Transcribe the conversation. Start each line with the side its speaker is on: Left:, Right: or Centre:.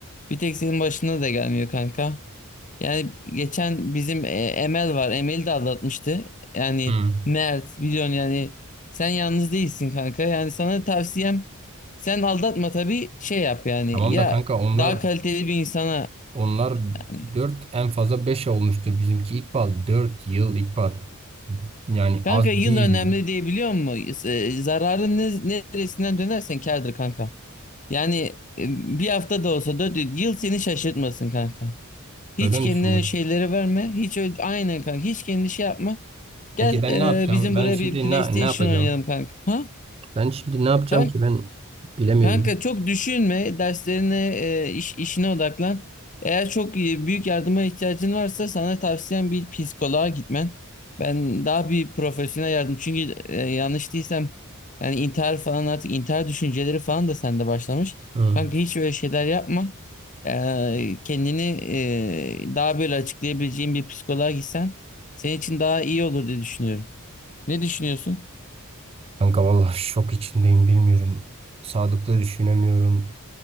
Left: Bir tek senin başına da gelmiyor kanka. Yani geçen bizim e, Emel var. Emel'i de aldatmıştı. Yani
Right: Hmm.
Left: Mert biliyorsun yani sen yalnız değilsin kanka. Yani sana tavsiyem sen aldatma tabii şey yap yani.
Right: Tamam
Left: Ya
Right: da kanka onlar
Left: daha kaliteli bir insana
Right: onlar
Left: hani,
Right: dört en fazla 5 olmuştu. Bizimki ilkbahar 4 yıl ilkbahar. Yani
Left: kanka
Right: az
Left: yıl
Right: değil.
Left: önemli diye biliyor musun? E, zararın ne, neresinden dönersen kârdır kanka. Yani e, bir hafta da olsa dört yıl seni şaşırtmasın kanka. Hiç
Right: Öyle mi
Left: kendine
Right: düşünüyorsun?
Left: şeyleri verme. Hiç öyle, aynen kanka. Hiç kendine şey yapma. Gel
Right: Peki ben ne yapacağım?
Left: e, bizim
Right: Ben
Left: buraya
Right: şimdi
Left: bir PlayStation
Right: ne, ne yapacağım?
Left: oynayalım kanka. Ha?
Right: Ben şimdi ne yapacağım
Left: Kanka,
Right: ki ben bilemiyorum.
Left: kanka çok düşünme. Derslerine, e, iş, işine odaklan. Eğer çok e, büyük yardıma ihtiyacın varsa sana tavsiyem bir psikoloğa gitmen. Ben daha bir profesyonel yardım. Çünkü e, yanlış değilsem yani intihar falan artık intihar düşünceleri falan da sende başlamış.
Right: Hmm.
Left: Kanka hiç öyle şeyler yapma. E, kendini e, daha böyle açıklayabileceğin bir psikoloğa gitsen senin için daha iyi olur diye düşünüyorum. Ne düşünüyorsun?
Right: Kanka vallahi şok içindeyim bilmiyorum. Sağlıklı düşünemiyorum.